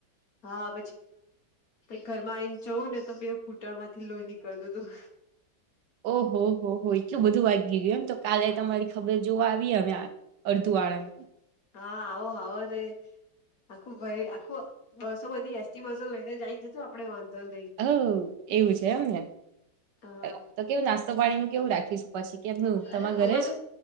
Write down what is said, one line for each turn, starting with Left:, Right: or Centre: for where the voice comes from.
Left: હા. ઘર માં આવીને જવં ને તમે કુટર માંથી લોહી નીકળ તું તું
Right: ઓહો હો હો એટલું બધું વાગ ગીયું એમ તો કાલે
Left: હા
Right: તમારી ખબર જોવા આવી હ અર્ધુંવાળન
Left: હા આવો હવારે આખું ભરી આખું બસો બધી એસટી બસો લઈને જાય જ તો આપડે વાંધો નઇ
Right: હ એવું છે એમને બરાબર
Left: હા
Right: તો કેવું નાસ્તો પાણીનું કેવું રાખીશું પછી કેમનું
Left: અરે
Right: તમારા ઘરે
Left: અમારે
Right: જ